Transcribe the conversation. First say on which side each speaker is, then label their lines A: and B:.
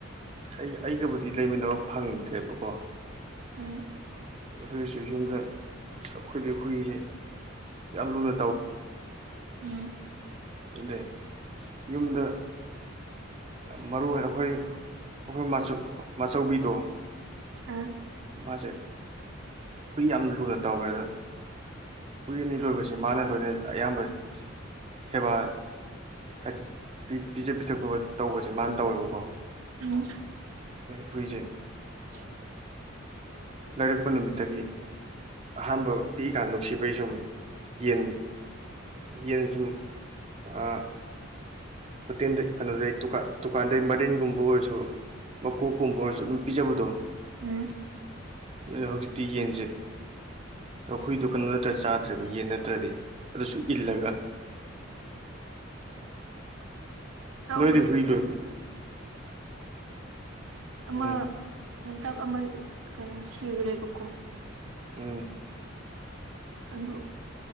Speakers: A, on the right; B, on the right.
A: ꯑꯩ ꯑꯩꯒꯕꯨꯗꯤ ꯂꯩꯃꯤꯟꯅꯕ ꯐꯪꯗ꯭ꯔꯦꯕꯀꯣ
B: ꯎꯝ
A: ꯑꯗꯨ ꯑꯣꯏꯔꯁꯨ ꯌꯨꯝꯗ ꯑꯩꯈꯣꯏꯗ ꯍꯨꯏꯁꯦ ꯌꯥꯝ ꯂꯨꯅ
B: ꯎꯝ
A: ꯑ ꯌꯨꯝꯗ ꯃꯔꯨ ꯑꯣꯏꯅ ꯑꯩꯈꯣꯏ ꯑꯩꯈꯣꯏ ꯃꯆꯧꯕꯤꯗꯣ
B: ꯑ
A: ꯃꯥꯁꯦ ꯍꯨꯏ ꯌꯥꯝ ꯂꯨꯅ ꯇꯧꯋꯦ ꯑꯗꯣ ꯍꯨꯏ ꯑꯅꯤ ꯂꯣꯏꯕꯕꯁꯤꯦ ꯃꯥꯅ ꯂꯣꯏꯅ ꯑꯌꯥꯝꯕ ꯁꯦꯕꯥ ꯍꯥꯏꯗꯤ ꯄꯤꯖ ꯄꯤꯊꯛꯄ ꯇꯧꯕꯁꯦ ꯃꯥꯅ ꯇꯧꯋꯦꯕꯀꯣ
B: ꯎꯝ
A: ꯍꯨꯏꯖꯦ
B: ꯍꯧ
A: ꯂꯩꯔꯛꯄ ꯅꯨꯃꯤꯠꯇꯒꯤ ꯑꯍꯥꯟꯕ ꯄꯤꯛꯏꯀꯥꯟ ꯅꯨꯡꯁꯤꯕꯩ ꯁꯨꯝ ꯌꯦꯟ ꯌꯦ ꯑꯗꯨꯨꯝ ꯑ ꯐꯠꯇꯤꯟꯦꯟ ꯀꯩꯅꯣꯗ ꯇꯨ ꯀ ꯗꯨꯀꯥꯟꯗꯩ ꯃꯔꯤꯟꯒꯨꯝꯕ ꯑꯣꯏꯔꯁꯨ ꯃꯀꯣꯛꯀꯨꯝꯕ ꯑꯣꯏꯔꯁꯨ ꯑꯗꯨꯝ ꯄꯤꯖꯕꯗꯣ
B: ꯎꯝ
A: ꯑꯣꯏꯍꯒꯇꯒꯅꯁꯦ ꯍꯨꯏꯗꯨꯣ ꯀꯩꯅꯣ ꯅꯠꯇ꯭ꯔ ꯆꯥꯗ꯭ꯔꯦꯕ ꯌꯦꯟ ꯅꯠꯇ꯭ꯔꯗꯤ ꯑꯗꯨꯁꯨ ꯏꯜꯂꯒ
B: ꯇꯧ
A: ꯅꯣꯏꯗꯤ
B: ꯂꯦ
A: ꯍꯨꯏ ꯂꯣꯏꯕ꯭ꯔꯣ
B: ꯑꯃ
A: ꯎꯝ
B: ꯑꯝꯇꯥꯛ ꯑꯃ ꯀꯩꯅꯣ ꯁꯤꯈ꯭ꯔꯦꯕꯀꯣ
A: ꯎꯝ
B: ꯑꯗꯨ